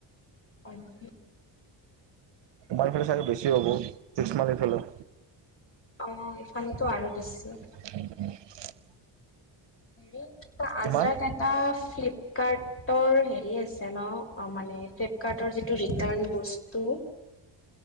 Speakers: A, on the left; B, on the right.
A: অ'।
B: তোমাৰফালে চাগে বেছি হ'ব ছিক্স মাইল এইফালে।
A: অ, এইফালেটো আৰু বেছি।
B: <inaudible>
A: হে কি আজৰাত
B: কিমান
A: টকা এটা ফ্লিপকাৰ্টৰ হেৰি আছে। যেন মানে ফ্লিপকাৰ্টৰ যিটো ৰিটাৰ্ণ বস্তু।